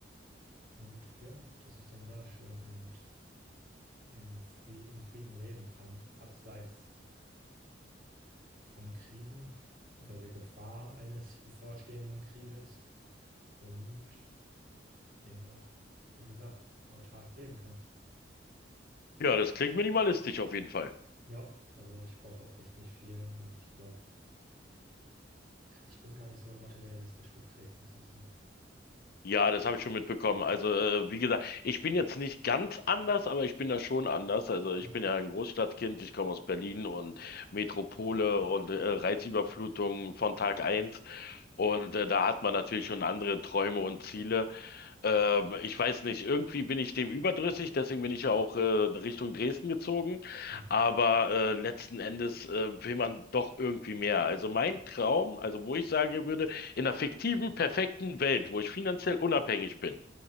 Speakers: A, on the right; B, on the left.
A: Und ja, dass ich dann da schön eben in Fri- in Frieden leben kann, abseits von Kriegen oder der Gefahr eines bevorstehenden Krieges und eben auch, wie gesagt, autark leben kann.
B: Ja, das klingt minimalistisch auf jeden Fall.
A: Ja, also ich brauche auch echt nicht viel und ich glaube, ja, ich bin gar nicht so materialistisch geprägt, muss ich sagen.
B: Ja, das habe ich schon mitbekommen. Also, äh, wie gesagt, ich bin jetzt nicht ganz anders, aber ich bin da schon anders. Also, ich
A: Ja,
B: bin ja ein Großstadtkind, ich komme aus Berlin und Metropole und äh, Reizüberflutung von Tag eins. Und äh, da hat man natürlich schon andere Träume und Ziele. Ähm, ich weiß nicht, irgendwie bin ich dem überdrüssig, deswegen bin ich ja auch äh, Richtung Dresden gezogen.
A: mhm.
B: Aber äh, letzten Endes äh, will man doch irgendwie mehr. Also mein Traum, also wo ich sagen würde, in einer fiktiven, perfekten Welt, wo ich finanziell unabhängig bin,